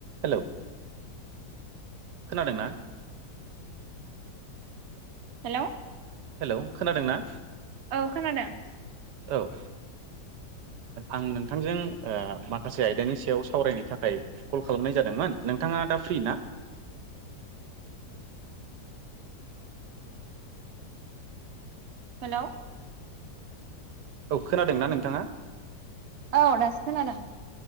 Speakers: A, on the right (about 75°); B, on the right (about 55°).
A: Hello खोनादों ना?
B: Hello
A: hello खोनादों ना
B: औ खोनादों
A: औ ओ आं नोंथांजों ओ माखासे आयदानि सायाव सावरायनो थाखाय कल खालामनाय जादोंमोन नोंथाङा दा फ्रि ना
B: हेलौ
A: औ खोनादोंना नोंथाङा
B: औ दासो खोनादों